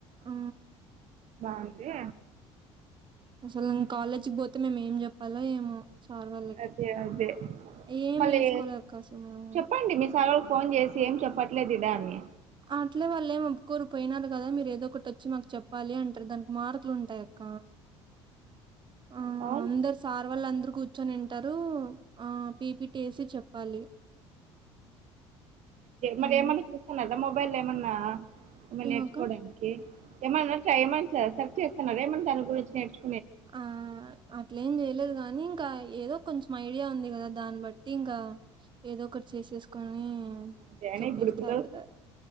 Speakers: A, on the right; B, on the right.
A: ఆ
B: బాగుంది
A: అసలు
B: ఉమ్,
A: కాలేజ్కి పోతే మేము ఏం చెప్పాలో ఏమో సార్ వాళ్ళకి
B: అదే అదే
A: ఏం
B: మళ్ళీ
A: నేర్చుకోలే అవకాశం మేము
B: చెప్పండి మీ సార్ వాళ్ళకి ఫోన్ చేసి ఏం చెప్పట్లేదు ఇదా అన్ని
A: అట్లే వాళ్ళు ఏం ఒప్పు కోరిపోయినారు కదా మీరు ఏదో ఒకటి వచ్చి మాకు చెప్పాలి అంటారు దానికి మార్కులు ఉంటాయి అక్క ఆ
B: అ
A: అందరు సార్ వాళ్ళు అందరు కూర్చొనింటారు ఆ పీపిటీసి చెప్పాలి
B: మరి
A: ఉమ్
B: ఏమన్నా చూస్తున్నారా మొబైల్ ఏమన్నా ఏమ
A: ఏమక్క
B: నేర్చుకోవడానికి ఏమన్నా ఏమ సెర్చ్ చేస్తున్నారు ఏమన్నా దాని గురించి నేర్చు
A: ఆ అట్ల ఏం చేయలేదు కాగానీ ఇంకా ఏదో కొంచెం ఐడియా ఉంది కదా దాన్ని బట్టి ఇంకా ఏదో ఒకటి చేసేసుకొని
B: అంతేనే
A: చెప్పేస్తే
B: ఇప్పుడు ప
A: అయిపోతది